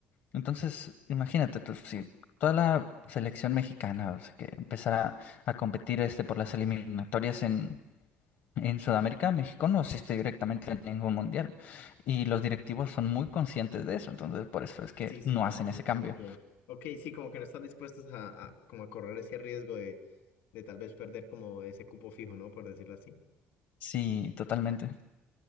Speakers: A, on the left; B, on the left.
A: entonces, imagínate tú, si toda la selección mexicana, o sea, que empezara a competir este por las eliminatorias en, en Sudamérica, México no asiste directamente a ningún mundial. Y los directivos son muy conscientes de eso, entonces por eso es que
B: Sí, sí,
A: no
B: también,
A: hacen ese
B: como
A: cambio.
B: que. Ok, sí, como que no están dispuestos a, a- como a correr ese riesgo de, de tal vez perder como ese cupo fijo, ¿no? Por decirlo así.
A: Sí, totalmente.